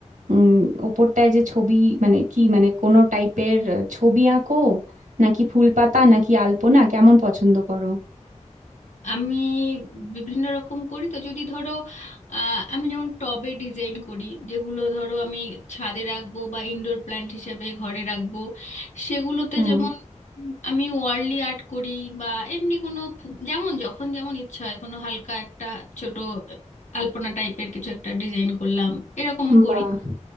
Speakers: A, on the right; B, on the left.
A: উম ওপরটায় যে ছবি মানে কি মানে কোনো টাইপের ছবি আঁকো নাকি ফুল পাতা নাকি আলপনা কেমন পছন্দ করো
B: আমি বিভিন্ন রকম করি তো যদি ধরো আহ, আমি যেমন টবে ডিজাইন করি যেগুলো ধরো আমি ছাদে রাখবো বা ইনডোর প্ল্যান্ট হিসাবে ঘরে রাখবো সেগুলোতে
A: হ্যাঁ
B: যেমন উম, আমি ওয়ার্লি আর্ট করি বা এমনি কোনো ফু- যেমন যখন যেমন ইচ্ছা হয় কোনো হালকা একটা ছোট আলপনা টাইপের কিছু একটা ডিজাইন করলাম এরকমও করি
A: বাহ